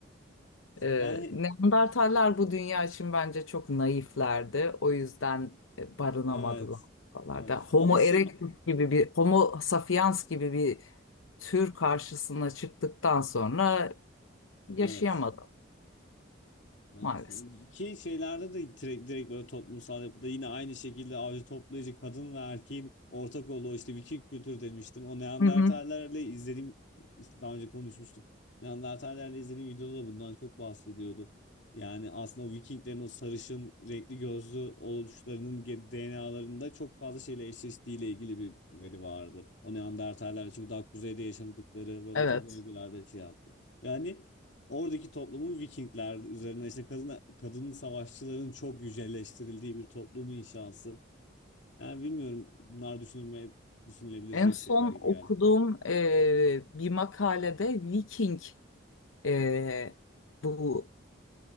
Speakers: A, on the left; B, on the left.
A: <laughs>
B: Ee,
A: yani
B: Neandertaller bu dünya için bence çok naiflerdi. O yüzden e, barınamadılar.
A: evet.
B: buralarda.
A: Evet.
B: Homo
A: Ama şey
B: erectus gibi bir, homo sapiens gibi bir. tür karşısına çıktıktan sonra yaşayamadım
A: evet. Evet.
B: maalesef.
A: Ki şeylerde de direkt, direkt böyle toplumsal yapıda yine aynı şekilde avcı toplayıcı kadın ve erkeğin ortak olduğu işte Viking kültür demiştim. O Neandertallerle
B: Hı hı,
A: izlediğim işte daha önce konuşmuştuk. Neandertallerle izlediğim videoda da bundan çok bahsediyordu. Yani aslında o Vikinglerin o sarışın renkli gözlü oluşlarının DNA'larında çok fazla şeyle eşleştiğiyle ilgili bir veri vardı. O Neandertallerle çünkü daha kuzeyde yaşadıkları ve o
B: evet.
A: to- bölgelerde şey yaptı. Yani Oradaki toplumun Vikingler üzerine işte kadın, kadın savaşçıların çok yücelleştirildiği bir toplumu inşası. Yani bilmiyorum bunlar düşünülmeye düşünülebilecek
B: En son
A: şeyler gibi
B: okuduğum
A: geldi.
B: e, bir makalede Viking e, bu